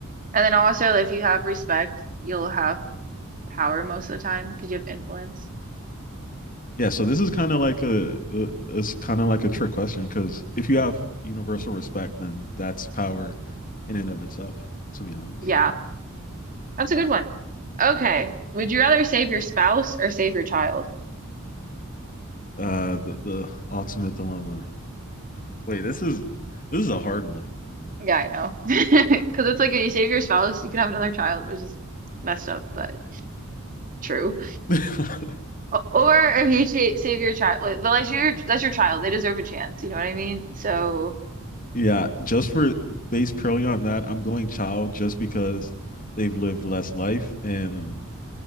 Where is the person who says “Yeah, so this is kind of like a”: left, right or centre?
Left